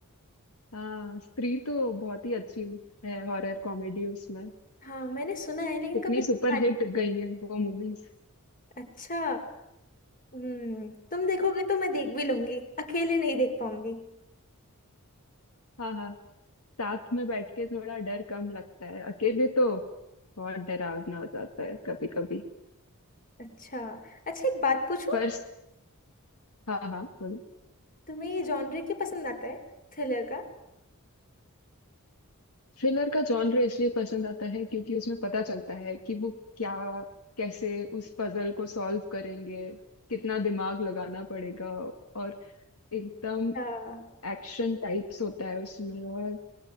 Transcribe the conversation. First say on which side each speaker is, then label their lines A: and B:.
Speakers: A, on the left (about 80°); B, on the left (about 40°).
A: हाँ स्त्री तो बहुत ही अच्छी है हॉरर कॉमेडी उसमें
B: हाँ मैंने सुना है लेकिन
A: कितनी
B: कभी देखा
A: सुपर
B: नहीं
A: हिट गई है वो मूवीज
B: अच्छा हम्म तुम देखोगे तो मैं देख भी लूंगी अकेले नहीं देख पाऊंगी
A: हाँ हाँ साथ में बैठ के थोड़ा डर कम लगता है अकेले तो बहुत डरावना हो जाता है कभी कभी
B: अच्छा अच्छा एक बात पूछूं
A: पर हाँ हाँ बोलो
B: तुम्हें ये जॉनर क्यों पसंद आता है थ्रिलर का
A: थ्रिलर का जॉनर इसलिए पसंद आता है क्योंकि उसमें पता चलता है कि वो क्या कैसे उस पजल को सॉल्व करेंगे कितना दिमाग लगाना पड़ेगा और एकदम
B: हाँ
A: एक्शन टाइप्स होता है उसमें और